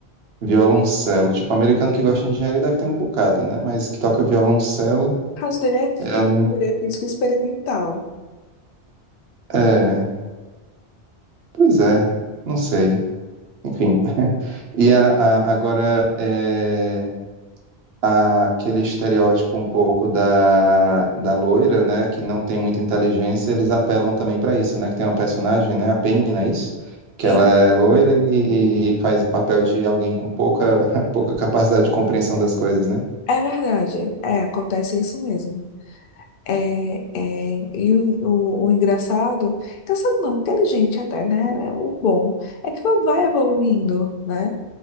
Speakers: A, on the right; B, on the left.
A: violoncelo. Tipo, americano que gosta de engenharia deve ter um bocado, né? Mas que toca violoncelo,
B: caso dele é físico,
A: eu não,
B: ele é físico experimental.
A: é, pois é, não sei. Enfim. <laughs> E a, a- agora, é, a- aquele estereótipo um pouco da, da loira, né, que não tem muita inteligência, eles apelam também para isso, né, que tem uma personagem, né, a Penny, não é isso? Que
B: E
A: ela é loira e, e- e faz o papel de alguém com pouca, <laughs> pouca capacidade de compreensão das coisas, né?
B: É verdade, é, acontece isso mesmo. É, é, e o, o, o engraçado, engraçado não, inteligente até, né? né, O bom é que ela vai evoluindo, né?